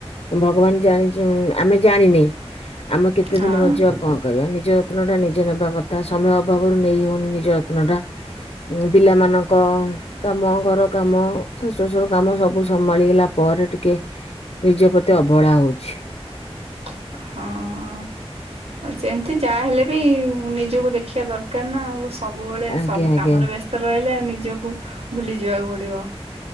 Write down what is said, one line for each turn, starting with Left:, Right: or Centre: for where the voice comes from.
Left: ଭଗବାନ ଜାଣିଚି ଆମେ ଜାଣିନେ ଆମେ କେତେ
Right: ହଁ
Left: ଦିନ ବଞ୍ଚିବା କଣ? କରିବା ନିଜ ଯତ୍ନ ଟା ନିଜେ ନେବା କଥା ସମୟ ଅଭାବରୁ ନେଇ ହଉନି ନିଜ ଯତ୍ନ ଟା। ପିଲାମାନଙ୍କ କ କାମ ଘର କାମ ଶାଶୁ ଶ୍ୱଶୁର କାମ ସବୁ ସମ୍ଭାଳିଗଲା ପରେ ଟିକେ ନିଜ ପ୍ରତି ଅବହେଳା ହଉଚି।
Right: ହଁ। ସେମିତି ଯାହାହେଲେ ବି ନିଜକୁ ଦେଖିବା ଦରକାର ନା ଆଉ। ସବୁବେଳେ
Left: ଆଜ୍ଞା
Right: ସବୁ
Left: ଆଜ୍ଞା
Right: କାମରେ ବ୍ୟସ୍ତ ରହିଲେ ନିଜକୁ ଭୁଲି ଯିବାକୁ ପଡିବ।